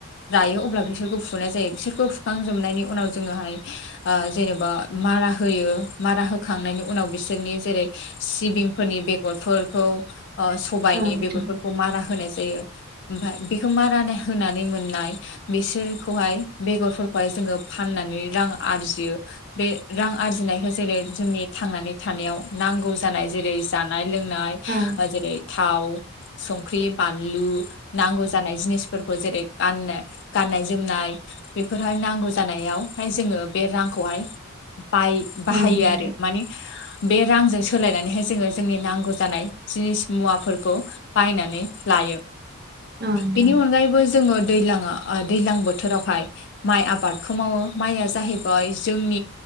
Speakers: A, on the left; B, on the right.
A: रायो अब्ला बिसोरखौ फुनाय जायो बिसोरखौ फुखांजोबनायनि उनाव जोङोहाय ओ-जेनेबा। मारा होयो। मारा होखांनायनि उनाव बिसोरनि जेरै सिबिंफोरनि बेगरफोरखौ। ओ-सबायाइनि
B: औ नोंथां औ नोंथां
A: बेफोरखौ मारा होनाय। जायो ओमफफ्राय बेखौ मारा होनानै मोननाय बिसोरखौहाय बेगरफोरखौहाय जोङो फाननानै रां आरजियो बे रां आरजिनाय जेरै जोंनि थांनानै थानायाव नांगौ जानाय जेरै जानाय लोंनाय
B: औ
A: ओ- जेरै थाव संख्रि। बानलु नांगौ जानाय जिनिसफोरखौ जेरै। गाननो गाननाय जोमनाय बेफोरहाय नांगौ जानायावहाय जोङो बे रांखौहाय। बाय बाहायो
B: नोंथां
A: आरो माने। बे रांजों सोलायनानैहाय जोङो जोंनि नांगौ जानाय जिनिस मुवाफोरखौ बायनानै। लायो
B: औ नोंथां
A: बेनि अनगायैबो जोङो दैलांआ-दैज्लां बोथोरावहाय माइ आबादखौ मावो माइआ जाहैबाय जोंनि।